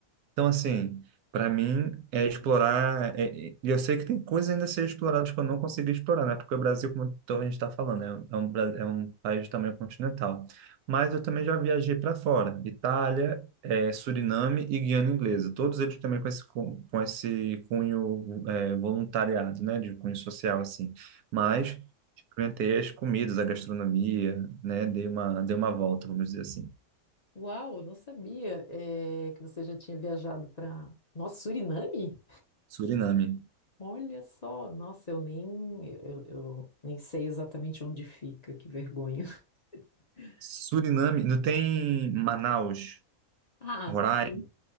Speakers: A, on the right; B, on the left.
A: Então, assim, para mim é explorar. é- é- E eu sei que tem coisas ainda a ser exploradas que eu não consegui explorar, né? Porque o Brasil, como então a gente está falando, é um, é um Bra- é um país de tamanho continental. Mas eu também já viajei para fora: Itália, eh, Suriname e Guiana Inglesa. Todos eles também com esse, com, com esse cunho, eh, voluntariado, né? De cunho social, assim. Mas
B: Uau,
A: experimentei as comidas, a gastronomia, né? Dei uma, dei uma volta, vamos dizer assim.
B: Uau, eu não sabia, é, que você já tinha viajado para... Nossa, Suriname?
A: Suriname.
B: Olha só, nossa, eu nem eu, eu eu nem sei exatamente onde fica, que vergonha. <laughs>
A: Suriname, não tem Manaus,
B: Ah,
A: Roraima,
B: sim.